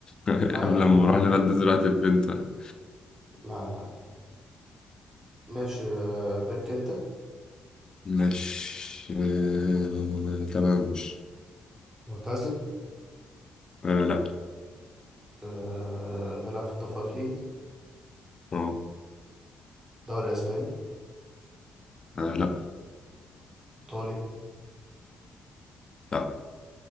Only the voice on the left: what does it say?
<laughs>
قبل
ما اروح
لبلدز
رحت لبنتو يعني
ماشي آه، تمام ماشي
آه، لا
اه
آه، لا
لا